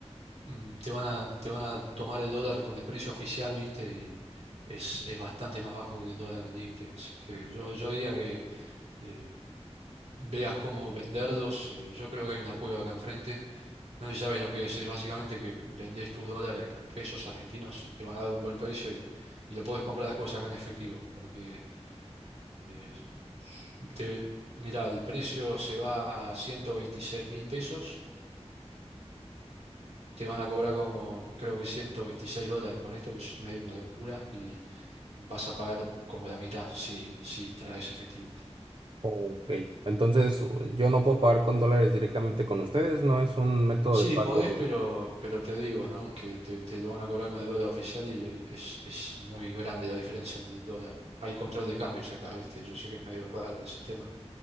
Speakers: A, on the right; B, on the right.
A: Mm, Te van a, te van a tomar el dólar con el precio oficial, ¿viste? Y es, es bastante más bajo que el dólar libre. Así que yo, yo diría que eh, veas cómo venderlos. Eh, yo creo que hay una cueva acá enfrente. No sé si sabes lo que es. Es básicamente que vendés tus dólares por pesos argentinos y te van a dar un buen precio y, y lo podés comprar después acá en efectivo. Porque eh, te, mira, el precio se va a 126 mil pesos. te van a cobrar como, creo que 126 dólares para esto, que es medio una locura, y vas a pagar como la mitad si, si traes efectivo.
B: Ok, entonces yo no puedo pagar con dólares directamente con ustedes, no es un método
A: Sí,
B: de pago.
A: podés, pero, pero te digo, ¿no? Que te, te lo van a cobrar con el dólar oficial y es, es muy grande la diferencia con el dólar. Hay control de cambios acá, ¿viste? Yo sé que es medio raro el sistema,